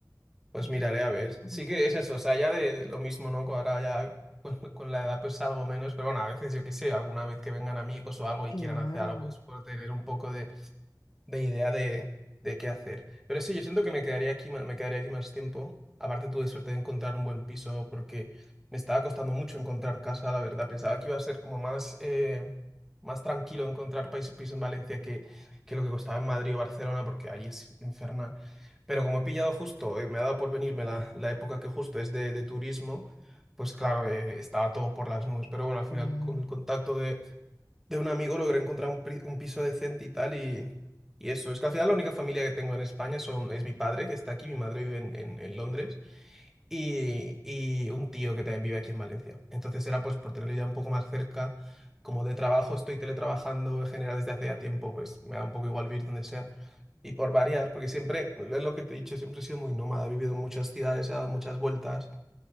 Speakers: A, in the centre; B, on the left (about 70°).
A: Pues
B: No
A: miraré
B: sé, está
A: a ver.
B: muy
A: Sí
B: guay.
A: que es eso, o sea, ya de, de lo mismo, ¿no? Que Ahora ya con, <laughs> con la edad pues algo menos, pero bueno, a veces yo qué sé, alguna vez que vengan amigos o algo y
B: Claro,
A: quieran hacer algo, pues por tener un poco de de idea de, de qué hacer. Pero sí, yo siento que me quedaría aquí, ma- me quedaría aquí más tiempo. Aparte tuve suerte de encontrar un buen piso porque me estaba costando mucho encontrar casa, la verdad. Pensaba que iba a ser como más, eh, más tranquilo encontrar pais- piso, en Valencia que, que lo que costaba en Madrid o Barcelona, porque allí es infernal. Pero como he pillado justo, eh, me ha dado por venirme la, la época que justo es de, de turismo, pues claro, eh, estaba todo por las nubes. Pero bueno, al final
B: claro.
A: con el contacto de de un amigo logré encontrar un, pri- un piso decente y tal, y, y eso. Es que al final la única familia que tengo en España son, es mi padre, que está aquí, mi madre vive en, en- en Londres, y, y un tío que también vive aquí en Valencia. Entonces era pues por tenerlo ya un poco más cerca, como de trabajo estoy teletrabajando en general desde hace ya tiempo, pues me da un poco igual vivir donde sea. Y por variar, porque siempre, es lo que te he dicho, siempre he sido muy nómada, he vivido en muchas ciudades, he dado muchas vueltas.